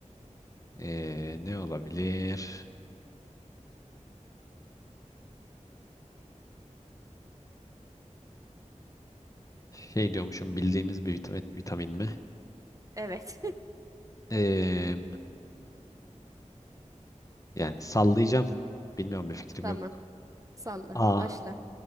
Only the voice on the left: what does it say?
Ee, ne olabilir? Şey diyormuşum bildiğimiz bir vitamin, vitamin mi?
Ee, yani sallayacağım. Bilmiyorum
bir fikrim
yok.
A,